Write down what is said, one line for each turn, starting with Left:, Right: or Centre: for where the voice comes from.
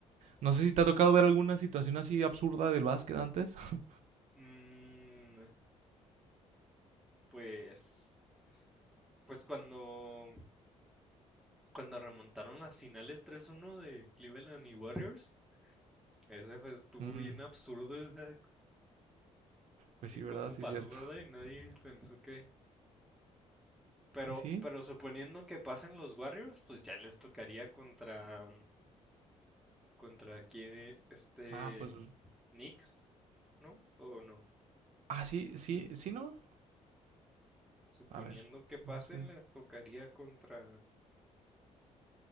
Right: No sé si te ha tocado ver alguna situación así absurda del básquet antes. <laughs>
Centre: Mm, pues, pues cuando, cuando remontaron las finales 3-1 de Cleveland y Warriors, ese pues estuvo
Right: Mm,
Centre: bien absurdo, o sea,
Right: pues
Centre: c-
Right: sí,
Centre: cómo
Right: ¿verdad? Sí,
Centre: pasó,
Right: es cierto.
Centre: ¿verdad?
Right: <laughs>
Centre: Y nadie pensó que... Pero,
Right: Pues sí.
Centre: pero suponiendo que pasen los Warriors, pues ya les tocaría contra... contra quién e-, este
Right: Ah, pues...
Centre: Knicks, ¿no? ¿O no?
Right: Ah, sí, sí, sí, ¿no?
Centre: Suponiendo
Right: A ver,
Centre: que pasen,
Right: no sé.
Centre: les tocaría contra...